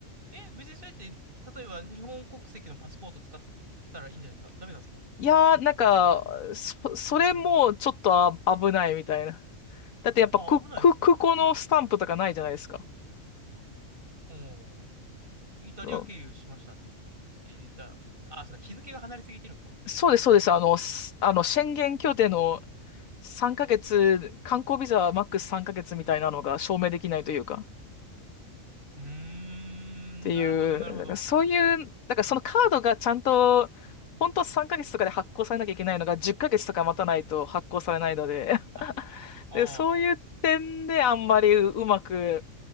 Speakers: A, on the right; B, on the left.
A: え、別にそれって、例えば日本国籍のパスポート使ったらいいんじゃないですかダメなんですか
B: いやー、なんか、そ、それもちょっとあ危ないみたいな。
A: はい。
B: だってやっぱくく空港のスタンプとかないじゃないですか。
A: あ、危ないですね。はい。おー、イタリア経由しましたっ
B: うん
A: て言ったら、あ、そうか、日付が離れすぎてるんか。
B: そうです、そうです。あの、すあの、宣言協定の3ヶ月、観光ビザはマックス3ヶ月みたいなのが証明できないというか。
A: うーん、
B: っていう、
A: なるほど、なるほど。
B: だからそういう、だからそのカードがちゃんと、本当3ヶ月とかで発行されなきゃいけないのが10ヶ月とか待たないと発行されないので、<laughs>
A: あ、ああ、
B: で、そういう点であんまりうまく、